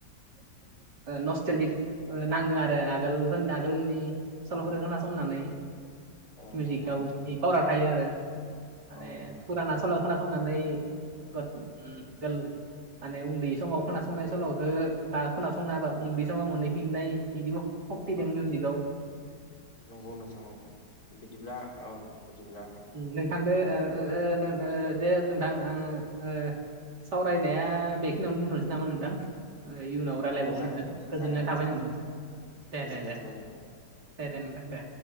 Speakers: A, on the right; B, on the left.
A: ओ नस्टेलिक ओ नाङो आरो आगोलफोरनो आगोलनि सला'फोरखौ खोनासंनानै।
B: अ
A: मिउजिकाव
B: नंगौ नोंथां
A: बे
B: नंगौ
A: पावारा थायो आरो माने
B: अ बेफोरनो
A: फुराना
B: आरो
A: सल' खोना थांनानै <unintelligible> माने उन्दै समाव खोनासंनाय सल'खौ दा खोनासंनो हाबा उन्दै समाव मोनहैफिननाय बिदिबो सक्ति दं मिउजिक आव।
B: नंगौ नोंथां नंगौ बिदिब्ला बिदिब्ला
A: नोंथांदो ओ ओ ओ ओ <unintelligible> बायनाया बेखिनियावनो दोनथ'नोसै नामा नोंथां। इयुनाव रायजलायबावनो
B: अ जागोन
A: नोंगोन गोजोननाय
B: जागोन
A: थाबाय नोंथां।
B: जागोन
A: दे
B: गोजोननाय
A: दे दे
B: थाबाय नोंथां
A: दे दे नोंथां दे।